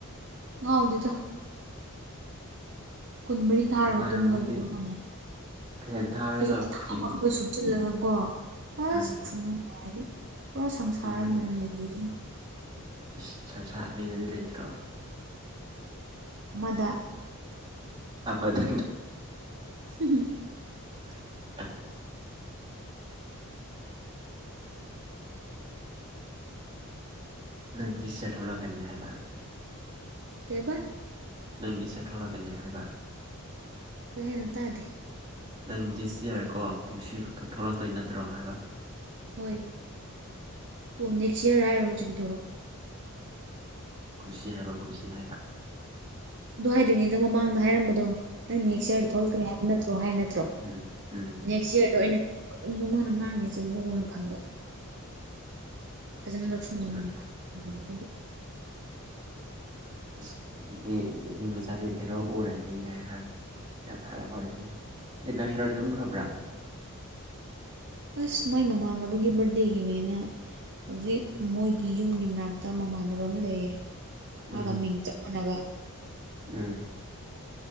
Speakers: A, on the right (about 55°); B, on the right (about 20°).
A: ꯉꯥꯎꯗꯦꯗ ꯀꯨꯟ ꯃꯔꯤ ꯊꯥꯔꯒ
B: ꯅꯨꯡꯉꯥꯏꯔꯝꯒꯅꯤ
A: ꯇꯨꯝꯃꯒ ꯂꯩꯕ ꯉꯝꯃꯦ
B: ꯐꯦꯟ ꯊꯥꯔꯒ
A: ꯐꯩꯖꯨꯞ ꯑꯊꯥꯕ
B: ꯐꯤ
A: ꯑꯃ ꯁꯨꯞꯆꯜꯂꯒ ꯀꯣ ꯑꯁ
B: ꯎꯝ
A: ꯈꯨꯅꯨꯡꯉꯥꯏꯗꯤ ꯄꯨꯔꯥ ꯁꯪꯁꯥꯔ
B: ꯇꯨꯝꯕꯟ
A: ꯑꯃꯗꯅꯦ ꯂꯩꯗꯣꯏꯖꯦ
B: ꯏꯁ ꯁꯪꯁꯥꯠ ꯑꯅꯤꯗꯗꯤ ꯂꯩꯇ꯭ꯔꯣ
A: ꯑꯃꯗ
B: ꯑꯃꯗ
A: <unintelligible>
B: <unintelligible> ꯅꯪꯗꯤ ꯁꯦꯠ ꯊꯣꯛꯂꯛꯀꯅꯤ ꯍꯥꯏꯕ
A: ꯀꯩꯕ
B: ꯅꯪꯗꯤ ꯁꯦꯊꯣꯔꯛꯀꯅꯤ ꯍꯥꯏꯕ
A: ꯀꯩ ꯍꯥꯏꯅꯣ ꯇꯥꯗꯦ
B: ꯅꯪ ꯗꯤꯁ ꯌꯥꯔ ꯀꯣ ꯀꯨꯝꯁꯤ ꯊꯣ ꯊꯣꯛꯂꯛꯇꯣꯏ ꯅꯠꯇ꯭ꯔꯣ ꯍꯥꯏꯕ
A: ꯍꯣꯏ ꯑꯣ ꯅꯦꯛꯁ ꯌꯔ ꯍꯥꯏꯔꯣ ꯍꯧꯖꯤꯛꯀꯤꯗꯣ
B: ꯀꯨꯝꯁꯤ ꯍꯥꯏꯕ ꯀꯨꯝꯁꯤ ꯍꯥꯏꯕ
A: ꯑꯗꯨ ꯍꯥꯏꯗ꯭ꯔꯤꯉꯩꯗ ꯃꯃꯥꯡꯗ ꯍꯥꯏꯔꯝꯕꯗꯣ ꯅꯪ ꯅꯦꯛꯁ ꯌꯥꯔꯗ ꯊꯣꯛꯂꯛꯀꯅꯤ ꯍꯥꯏꯕ ꯅꯠꯇ꯭ꯔꯣ ꯍꯥꯏ ꯅꯠꯇ꯭ꯔꯣ
B: ꯎꯝ ꯎꯝ
A: ꯅꯦꯛꯁ ꯌꯥꯔꯗꯣ ꯑꯩꯅ ꯀꯔꯤꯅꯣ ꯃꯥꯅ ꯉꯥꯡꯉꯁꯤꯕꯨꯅ ꯈꯟꯕ ꯐꯖꯅ
B: ꯏꯁ
A: ꯂꯧꯁꯟꯕ
B: ꯅꯣꯡ ꯆꯨꯔꯛꯑꯦ
A: ꯉꯝ ꯍꯩ ꯉꯝꯗꯕꯒꯤ
B: ꯏꯁ ꯃꯤ ꯃꯆꯥꯗꯤ ꯍꯦꯔꯣ ꯎꯔꯅꯤꯅꯦ ꯍꯥ ꯌꯥꯝ ꯍꯔꯥꯎꯔꯦꯅꯦ ꯑꯦ ꯅꯣꯏ ꯍꯦꯔꯣꯗꯤ ꯇꯨꯝꯈ꯭ꯔꯥꯕ꯭ꯔꯥ
A: ꯑꯁ ꯃꯥꯏ ꯃꯃꯥꯟꯅꯕꯒꯤ ꯕꯔꯗꯗꯦꯒꯤꯅꯦꯅ ꯍꯧꯖꯤꯛ ꯃꯣꯏꯒꯤ ꯌꯨꯝꯒꯤ ꯃꯅꯥꯛꯇ ꯃꯃꯥꯟꯅꯕ ꯑꯃ ꯂꯩꯌꯦ ꯃꯥꯒ
B: ꯎꯝ
A: ꯃꯤꯡ ꯆꯞ ꯃꯥꯟꯅꯕ
B: ꯎꯝ